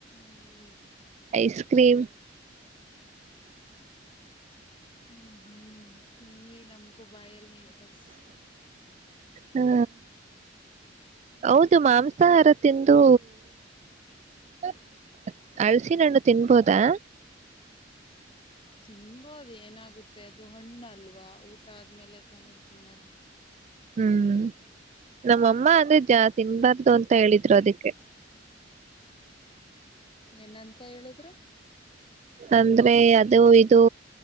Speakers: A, on the left (about 30°); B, on the right (about 35°).
A: ಅಯ್ಯೋ.
B: ಐಸ್ ಕ್ರೀಮ್
A: ಹ್ಮ್ ಹ್ಮ್ ತಿನ್ನಿ ನಮ್ಕ್ ಬಾಯ ಎಲ್ಲ ಇ ಬರ್ಷ
B: ಹಾ ಹೌದು ಮಾಂಸಾಹಾರ ತಿಂದು <unintelligible> ಹಳಸಿನಣ್ಣು ತಿನ್ಬೋದಾ?
A: ತಿನ್ಬೋದು ಏನಾಗುತ್ತೆ, ಅದು ಹಣ್ಣು ಅಲ್ವಾ ಊಟ ಆದ್ಮೇಲೆ ತಾನೇ ತಿನ್ನೋದು.
B: ಹ್ಮ್ ನಮ್ಮಮ್ಮ ಜಾಸ್ತಿ ತಿನ್ಬಾರ್ದು ಅಂತ ಹೇಳಿದ್ರು ಅದಕ್ಕೆ.
A: ಏನಂತ ಹೇಳಿದ್ರು
B: ಹ ಅಂದ್ರೆ ಅದು ಇದು